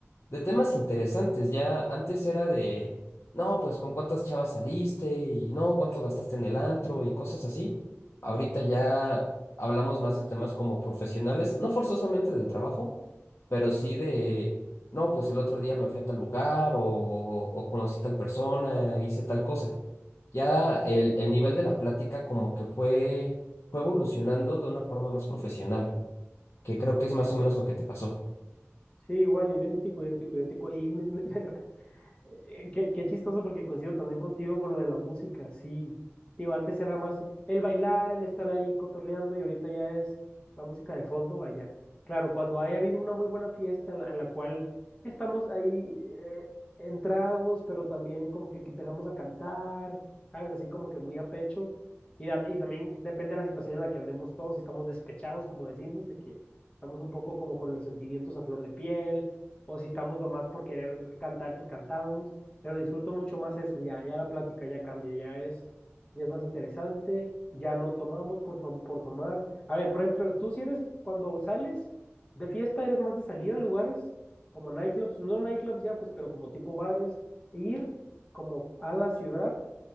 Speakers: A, on the left (about 70°); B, on the left (about 20°).
A: de temas interesantes. Ya antes era de, no, pues con cuántas chavas saliste y no, cuánto gastaste en el antro y cosas así. Ahorita ya hablamos más de temas como profesionales, no forzosamente del trabajo pero sí de, no, pues el otro día me fui a tal lugar o, o conocí tal persona, hice tal cosa. Ya el, el nivel de la plática como que fue, fue evolucionando de una forma más profesional, que creo que es más o menos lo que te pasó.
B: Sí, igual, idéntico, idéntico, idéntico. Y me, me- me- Eh, Qué, qué chistoso porque coincido también contigo con lo de la música, sí. Digo, antes era más el bailar, el estar ahí cotorreando y ahorita ya es la música de fondo allá. Claro, cuando haya habido una muy buena fiesta en la, en la cual estamos ahí eh, en tragos, pero también como que, que empezamos a cantar, ¿sabes? Así como que muy a pecho. Y, da- y también depende de la situación en la que andemos todos, si estamos despechados, como decimos, de que estamos un poco como con los sentimientos a flor de piel o si estamos nomás por querer cantar, pues cantábamos, pero disfruto mucho más eso, ya, ya la plática ya cambia, ya es, ya es más interesante, ya no tomamos por, tom- por tomar. A ver, por ejemplo, tú si eres, cuando sales de fiesta, eres más de salir a lugares como nightclubs, no nightclubs ya, pues, pero como tipo bares, ir como a la ciudad